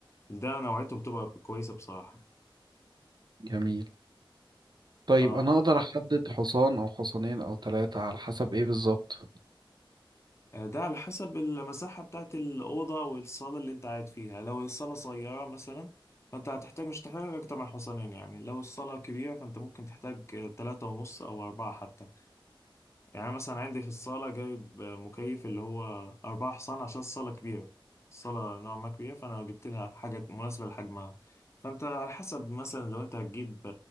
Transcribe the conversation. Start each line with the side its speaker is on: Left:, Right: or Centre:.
Left: ده نوعيته بتبقى كويسة بصراحة
Right: جميل طيب
Left: اه
Right: انا اقدر احدد حصان او حصانين او ثلاثه على حسب ايه بالظبط
Left: آه، ده على حسب المساحة بتاعت الأوضة والصالة اللي أنت قاعد فيها لو الصالة صغيرة مثلا فأنت هتحتاج مش هتحتاج أكتر من حصانين يعني لو الصالة كبيرة فأنت ممكن تحتاج آه، تلاتة ونص أو أربعة حتى يعني أنا مثلا عندي في الصالة جايب مكيف اللي هو أربعة حصان عشان الصالة كبيرة الصالة نوعا ما كبيرة فأنا جبت لها حاجة مناسبة لحجمها فأنت على حسب مثلا لو أنت هتجيب